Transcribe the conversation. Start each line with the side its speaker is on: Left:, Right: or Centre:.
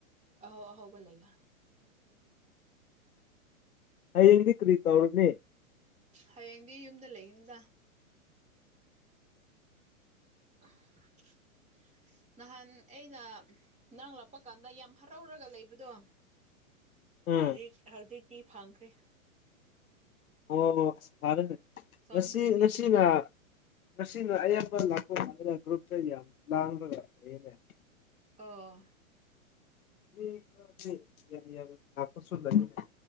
Right: ꯑꯍꯥꯎ ꯑꯍꯥꯎꯕ ꯂꯩꯕ
Left: ꯍꯌꯦꯡꯗꯤ ꯀ꯭ꯔꯤ ꯇꯧꯔꯅꯤ
Right: ꯍꯌꯦꯡꯗꯤ ꯌꯨꯝꯗ ꯂꯩꯅꯤꯗ ꯑ <inaudible> ꯅꯍꯥꯟ ꯑꯩꯅ ꯅꯪ ꯂꯥꯛꯄ ꯀꯥꯟꯗ ꯌꯥꯝ ꯍꯔꯥꯎꯔꯒ ꯂꯩꯕꯗꯣ
Left: ꯎꯝ
Right: ꯍꯧꯖꯤꯛ ꯍꯧꯖꯤꯛꯇꯤ ꯐꯪꯈ꯭ꯔꯦ
Left: ꯑꯣ ꯐꯔꯦꯅꯦ
Right: ꯆꯪꯈ꯭ꯔꯦꯅꯦ
Left: ꯉꯁꯤ ꯉꯁꯤꯅꯥ
Right: ꯎꯝ
Left: ꯃꯁꯤꯅ ꯑꯌꯥꯝꯕ ꯂꯥꯛꯈꯣꯡ ꯑꯩꯅ ꯒ꯭ꯔꯨꯞꯇ ꯌꯥꯝ ꯂꯥꯡꯕꯒ ꯂꯩꯅꯦ
Right: ꯑ‌‍ꯣ
Left: ꯃꯤ ꯈꯔꯗꯤ ꯌꯥꯥꯝ ꯌꯥꯝ ꯂꯥꯛꯄꯁꯨ ꯂꯩꯕꯅ‌ꯦ